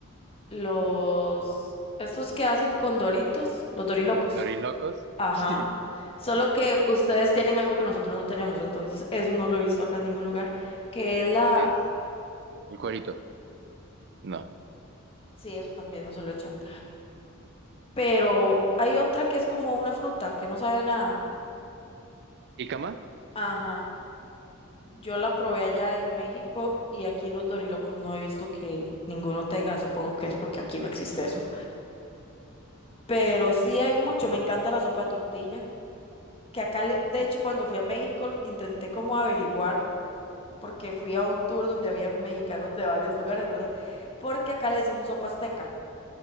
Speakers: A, on the left; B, on the right.
A: los estos que hacen con Doritos, los dorilocos.
B: dorilocos.
A: Ajá.
B: <laughs> Sí.
A: Solo que ustedes tienen algo que nosotros no tenemos, entonces eso no lo he visto acá en ningún lugar, que es la
B: ¿Qué es? El cuerito. No.
A: Sí, eso también no se lo echan. Pero hay otra que es como una fruta que no sabe a nada.
B: ¿Y cama?
A: Ajá. Yo la probé allá en México y aquí los dorilocos no he visto que ninguno tenga, supongo que es porque aquí no existe eso. Pero sí hay mucho, me encanta la sopa de tortilla, que acá, le- de
B: Ok.
A: hecho, cuando fui a México, intenté como averiguar, porque fui a un tour donde había mexicanos de varios lugares, ¿verdad? Porque acá le decimos sopa azteca.